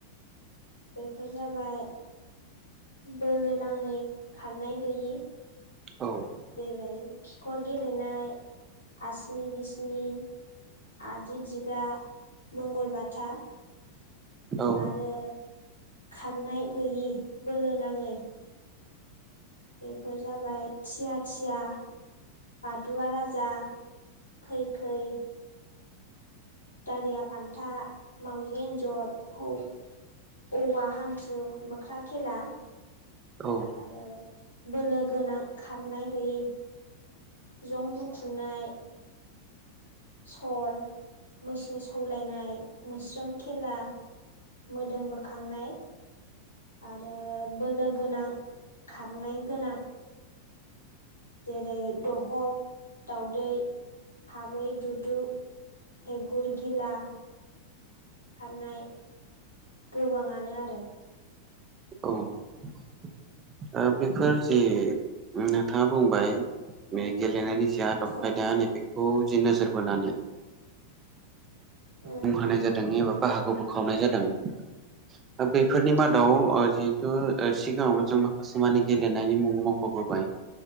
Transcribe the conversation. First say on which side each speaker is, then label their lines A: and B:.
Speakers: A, on the left; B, on the right.
A: बेफोर जाबाय बोलो नाङै खारनाय गैयि
B: औ
A: जेरै खिखर गेलेनाय आसि स्नि बिस्नि आदि दिगा मंगलबाथा
B: औ
A: आरो खारनाय गैयि बोलो नाङै बेफोर जाबाय थिया थिया बादुवा राजा खै खै दारिया फान्था मावजि एन्जर हौ-औवा हान न्थु मोख्रा खेला
B: औ
A: आरो बोलो गोनां खारनाय गैयै जं बुखुनाय सल मैसो सौलायनाय मोस्रोम खेला मोदोम बोखांनाय आरो बोलो गोनां खारनाय गोनां जेरै दहब दाउदै हाबै दुदु हैगुर गिला खारनाय गोबाङानो आरो
B: औ। बेफोर जे नोंथाङा बुंबाय गेलेनायनि जि आदब
A: औ
B: खायदा नैबेखौ जि नोजोर बोनानै
A: उम
B: मुं होनाय जादों एबा बाहागो बोखावनाय जादोंथ बेफोरनि मादाव
A: औ
B: जि सिगाङावबो जों माखासे मानि गेलेनायनि मुं मख'बोबाय